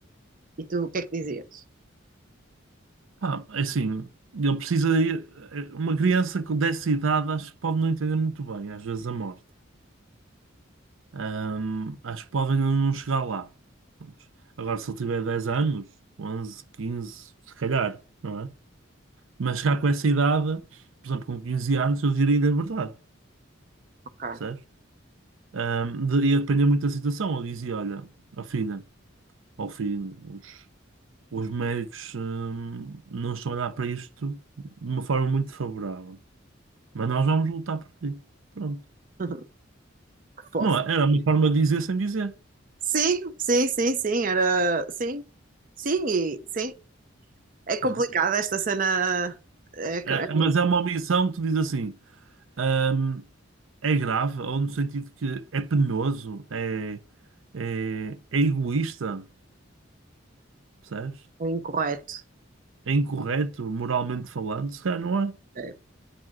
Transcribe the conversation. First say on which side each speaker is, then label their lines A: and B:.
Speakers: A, on the right (about 45°); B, on the right (about 85°).
A: e tu o que é que dizias?
B: pá, é assim, ele precisa. Uma criança com dessa idade acho que pode não entender muito bem, às vezes, a morte. Ahm, acho que pode ainda não chegar lá. Prontos. Agora, se ele tiver 10 anos, 11, 15, se calhar, não é? Mas chegar com essa idade, por exemplo, com 15 anos, eu diria-lhe a verdade,
A: Ok.
B: percebes? Ahm, de- ia depender muito da situação. Eu dizia: olha, ó filha. ao fim, os, os médicos, hum, não estão a olhar para isto de uma forma muito favorável. Mas nós vamos lutar por ti. Pronto.
A: <laughs> Que fofo.
B: Não, é- era uma forma de dizer sem dizer,
A: Sim, sim, sim, sim, era. Sim, sim, e sim. É complicado
B: não
A: esta cena. É, co-
B: é?
A: é
B: É- mas é uma omissão que tu dizes assim, hum, é grave, ou no sentido que é penoso, é, é, é egoísta, percebes?
A: incorreto.
B: É incorreto, moralmente falando, se calhar não é.
A: É.